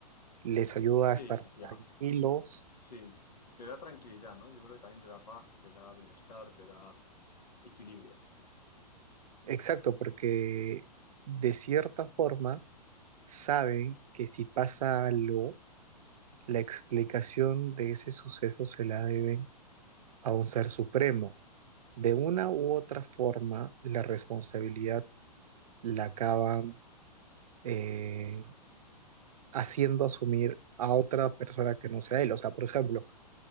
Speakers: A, on the right (about 60°); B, on the left (about 80°).
A: les ayuda
B: sí,
A: a estar
B: sí, sí.
A: tranquilos.
B: Sí, te da tranquilidad, ¿no? Yo creo que también te da paz, te da bienestar, te da equilibrio.
A: Exacto, porque de cierta forma saben que si pasa algo, La explicación de ese suceso se la deben a un ser supremo. De una u otra forma, la responsabilidad la acaban eh, haciendo asumir a otra persona que no sea él. O sea, por ejemplo,